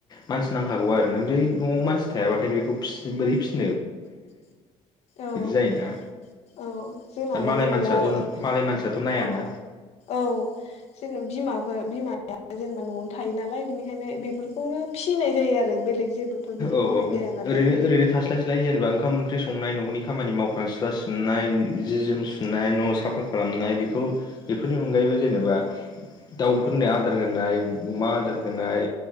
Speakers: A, on the left; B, on the left.
A: मानसि नांखागौ आरो नों जै न'आव मानसि थायाबाथाय बेखौ फिसि बोरै फिसि
B: औ औ
A: जायोना
B: जोंना
A: आरो मालाय
B: माने
A: मानसियाथ'
B: न'आव औ
A: मालाय मानसियाथ' नायाना
B: औ जों बिमाफोर बिमाया जेनेबा न'आवनो थायो नालाय बिनिखायनो बेफोरखौनो फिसिनाय जायो आरो बेलेग जेबोथ' बिदि
A: औ
B: मावनाय
A: औ
B: जाया नालाय
A: ओरैनो ओरैनो थास्लाय स्लाय जेनेबा ओंखाम ओंख्रि संनाय न'नि खामानि मावखां सिथ्ला सिबनाय जि जोम सुनाय न' साफा खालामनाय बेखौ बेफोरनि अनगायैबो जेनेबा दाउफोरनो आदार होनाय अमा आदार होनाय